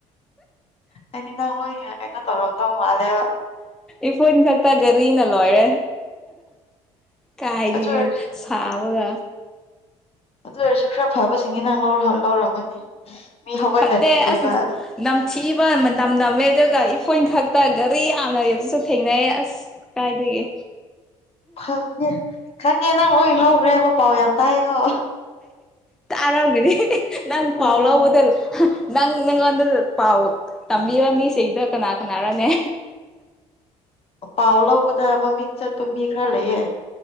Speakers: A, on the left; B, in the centre.
A: ꯍꯥꯏꯗꯤ ꯅꯪ ꯂꯣꯏꯅ ꯀꯩꯅꯣ ꯇꯧꯔꯝꯗꯧ ꯃꯥꯜꯂꯦꯕ
B: ꯏ ꯏ ꯀꯥꯛꯛꯇ ꯀꯔꯤꯅꯂ ꯂꯣꯏꯔꯦ ꯀꯥꯏꯔꯤꯒꯦ
A: ꯑꯗꯨ ꯑꯣꯏꯔ
B: ꯁꯥꯕꯒ
A: ꯑꯗꯨ ꯑꯣꯏꯔꯁꯨ ꯈꯔ ꯐꯕꯁꯤꯅꯤ ꯅꯪ ꯂꯧ ꯂꯧꯔꯃꯅꯤ ꯃꯤ ꯍꯧꯒꯠꯅꯗ꯭ꯔꯤꯑꯕ
B: ꯐꯠꯇꯦ ꯑꯁ ꯅꯝꯊꯤꯕ ꯅꯝ ꯅꯝꯃꯦ ꯑꯗꯨꯒ ꯏꯐꯣꯏꯟ ꯈꯛꯇ ꯒꯥꯔꯤ ꯌꯥꯝꯅ ꯑꯗꯨꯁꯨ ꯊꯦꯡꯅꯩꯌꯦ ꯑꯁ ꯀꯥꯏꯗꯒꯤ
A: ꯐꯪꯉꯦ ꯈꯪꯉꯦ ꯅꯪ ꯂꯣꯏ ꯂꯧꯈ꯭ꯔꯦꯕ ꯄꯥꯎ ꯌꯥꯝ ꯇꯥꯏꯀꯣ
B: ꯑꯔꯝꯒꯅꯤ ꯅꯪ ꯐꯥꯎ
A: ꯎꯝ
B: ꯂꯥꯎꯕꯗꯜ ꯅꯪ ꯅꯪ ꯑꯩꯉꯣꯟꯗ ꯄꯥꯎ ꯇꯝꯕꯤꯕ ꯃꯤꯁꯤꯡꯗ ꯀꯅꯥ ꯀꯅꯥꯔꯣꯅꯦ
A: ꯄꯥꯎ ꯂꯧꯕꯗ ꯃꯃꯤꯡ ꯆꯠꯄ ꯃꯤ ꯈꯔ ꯂꯩꯌꯦ